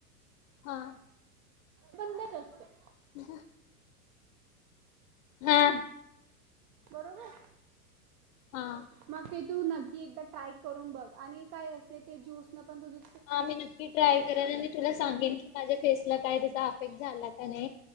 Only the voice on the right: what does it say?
बंदच असतं.
बरोबर.
मग ते तू नक्की एकदा ट्राय करून बघ. आणि काय असे ते ज्यूसनं पण तुझं